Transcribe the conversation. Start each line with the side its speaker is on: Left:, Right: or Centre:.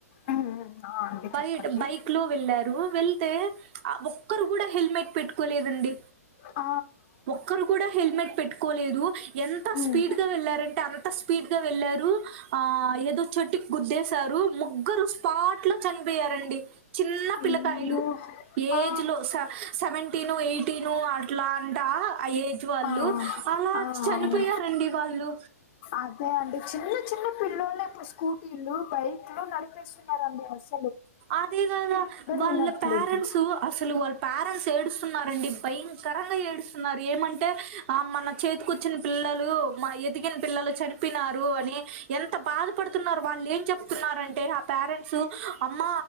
Left: ఉమ్, ఉమ్, ఆ అండి
Right: బైట
Left: చెప్పండి
Right: బైక్ లో వెళ్ళారు వెళ్తే ఒక్కరు కూడా హెల్మెట్ పెట్టుకోలేదండి
Left: అ <inaudible>
Right: ఒక్కరు కూడా హెల్మెట్ పెట్టుకోలేదు ఎంత
Left: ఉమ్,
Right: స్పీడ్ గా వెళ్లారంటే అంత స్పీడ్ గా వెళ్లారు ఆ ఏదో చెట్టుకి గుద్దేసారు ముగ్గురు స్పాట్ ట్లో చనిపోయారండి చిన్న
Left: అయ్యో
Right: పిల్లకాయలు ఏజ్
Left: ఆ
Right: లో సెవెంటీను ఎయిటీను అట్లా అంట ఆ ఏజ్ వాళ్ళు
Left: ఆ
Right: అలా
Left: ఆ అవును
Right: చనిపోయారండి వాళ్ళు
Left: అదే అండి చిన్న చిన్న పిల్లొల్లే ఇప్పుడు స్కూటీలు బైక్లు నడిపిస్తున్నారండి అస
Right: అదే గదా వాళ్ళ
Left: వినట్లేదు
Right: పేరెంట్స్ అసలు వాళ్ళ పేరెంట్స్ ఏడుస్తున్నారండి భయంకరంగా ఏడుస్తున్నారు ఏమంటే ఆ మన చేతికు చ్చిన పిల్లలు మా ఎదిగిన పిల్లలు చనిపోయినారు అని ఎంత బాధపడుతున్నారు వాళ్ళు ఏం చెప్తున్నారంటే ఆ పేరెంట్స్ అమ్మ